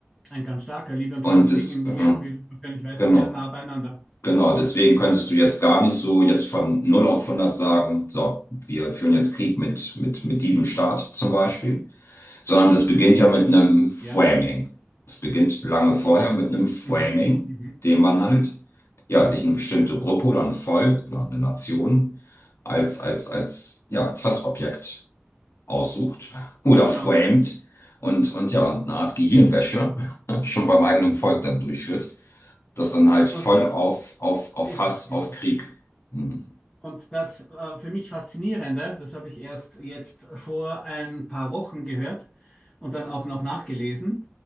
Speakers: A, in the centre; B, on the left (about 70°).
A: ein ganz starker Liebe und
B: Und
A: Hass
B: es,
A: liegen im Gehirn,
B: äh,
A: wie du wahrscheinlich weißt,
B: genau,
A: sehr nah beieinander.
B: genau. Deswegen könntest du jetzt gar nicht so jetzt von null auf hundert sagen, so, wir führen jetzt Krieg mit, mit, mit diesem Staat zum Beispiel. sondern das beginnt ja mit einem Framing.
A: Ja,
B: Es beginnt lange vorher mit einem Framing,
A: mhm. Mhm.
B: dem man halt ja,
A: Mhm.
B: sich eine bestimmte Gruppe oder ein Volk oder eine Nation als, als, als, ja, als Hassobjekt aussucht oder
A: Genau.
B: framed und, und ja, und eine Art Gehirnwäsche <laughs> schon beim eigenen Volk dann durchführt, das dann halt voll
A: Und das
B: auf, auf, auf
A: ist
B: Hass,
A: es, genau.
B: auf Krieg. Hm,
A: Und das äh, für mich Faszinierende, das habe ich erst jetzt vor ein paar Wochen gehört und dann auch noch nachgelesen.